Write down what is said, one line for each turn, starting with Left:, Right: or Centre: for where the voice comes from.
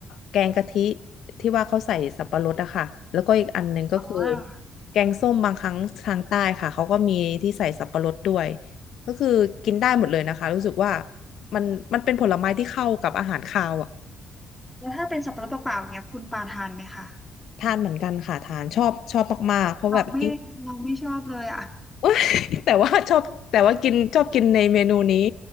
Left: แกงกะทิที่ว่าเขาใส่สับปะรดอะค่ะแล้วก็อีกอันหนึ่งก็คือ
Centre: อ๋อ
Left: แกงส้มบางครั้งทางใต้ค่ะเขาก็มีที่ใส่สับปะรดด้วยก็คือกินได้หมดเลยนะคะรู้สึกว่ามันมันเป็นผลไม้ที่เข้ากับอาหารคาวอะ
Centre: แล้วถ้าเป็นสับปะรดเปล่าๆอย่างเงี้ยคุณปาทานไหมคะ
Left: ทานเหมือนกันค่ะทานชอบชอบมากๆเพราะแบบยิ่ง
Centre: เราไม่เราไม่ชอบเลยอ่ะ
Left: <laughs> เอ้ยแต่ว่าชอบแต่ว่ากินชอบกินในเมนูนี้